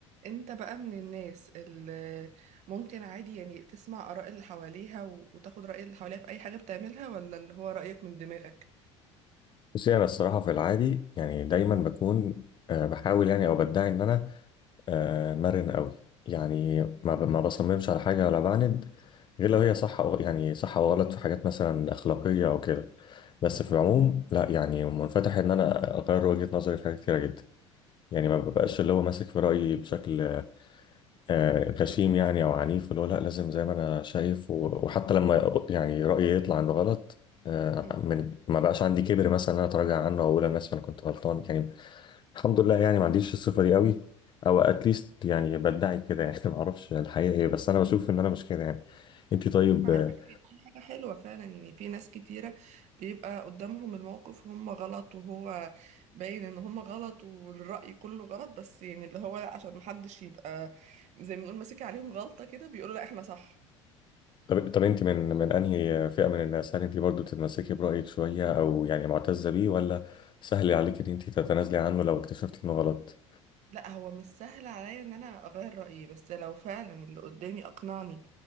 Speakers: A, on the right (about 45°); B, on the left (about 30°).
A: انت بقى من الناس اللي ممكن عادي يعني تسمع آراء اللي حواليها و- وتاخد رأي اللي حواليها في أي حاجة بتعملها ولا اللي هو رأيك من دماغك؟
B: بصي انا الصراحه في العادي يعني دايما
A: اه
B: بكون آه، بحاول يعني او بدعي ان انا آه، مرن قوي يعني ما ب- ما بصممش على حاجه ولا بعند غير لو هي صح أو يعني صح او غلط في حاجات مثلا اخلاقيه او كده بس في العموم لا يعني منفتح ان انا اغير وجهه نظري في حاجات كتيره جدا يعني ما ببقاش اللي هو ماسك في رايي بشكل آه، غشيم يعني او عنيف اللي هو لا لازم زي ما انا شايف و- وحتى لما يعني رايي يطلع عنده غلط آه،
A: مم.
B: من ما بقاش عندي كبر مثلا ان انا اتراجع عنه او اقول انا اسف انا كنت غلطان يعني الحمد لله يعني ما عنديش الصفه دي قوي او اتليست يعني بدعي كده يعني <laughs> ما اعرفش الحقيقه ايه بس انا بشوف ان انا مش كده يعني انت طيب
A: على
B: آه،
A: فكرة دي حاجة حلوة فعلا يعني في ناس كتيرة بيبقى قدامهم الموقف وهم غلط وهو باين ان هم غلط والرأي كله غلط بس يعني اللي هو لا عشان محدش يبقى زي ما نقول ماسك عليهم غلطة كده بيقولوا لا احنا صح
B: طب طب انت من من انهي فئه من الناس هل انت برضو تتمسكي برايك شويه او يعني معتزه بيه ولا سهل عليك ان انت تتنازلي عنه لو اكتشفتي انه غلط
A: لا هو مش سهل عليا ان انا اغير رأيي بس لو فعلا اللي قدامي اقنعني